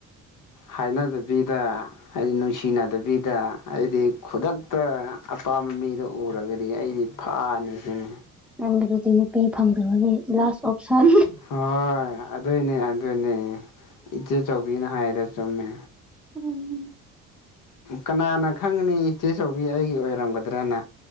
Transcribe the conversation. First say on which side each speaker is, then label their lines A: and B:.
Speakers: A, on the left; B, in the centre.
A: ꯍꯥꯏꯅꯗꯕꯤꯗ ꯍꯥꯏꯗꯤ ꯅꯨꯡꯁꯤꯅꯗꯕꯤꯗ ꯑꯩꯗꯤ ꯈꯨꯗꯛꯇ ꯑꯄꯥꯝꯕ ꯃꯤꯗꯣ ꯎꯔꯒꯗꯤ ꯑꯩꯗꯤ ꯐꯥꯅꯤ ꯍꯥꯏꯅꯤ
B: ꯅꯪꯒꯤꯗꯨꯗꯤ ꯅꯨꯄꯤ ꯐꯪꯗꯕꯒꯤ ꯂꯥꯁ ꯑꯣꯞꯁꯟ
A: ꯍꯣꯏ ꯑꯗꯨꯏꯅꯦ ꯑꯗꯨꯅꯦ ꯏꯆꯦꯆꯧꯕꯤꯅ ꯍꯥꯏꯔꯒ ꯆꯨꯝꯃꯦ
B: ꯎꯝ
A: ꯀꯅꯥꯅ ꯈꯪꯅꯤ ꯏꯆꯦꯆꯧꯕꯤ ꯑꯩꯒꯤ ꯑꯣꯏꯔꯝꯒꯗ꯭ꯔꯅ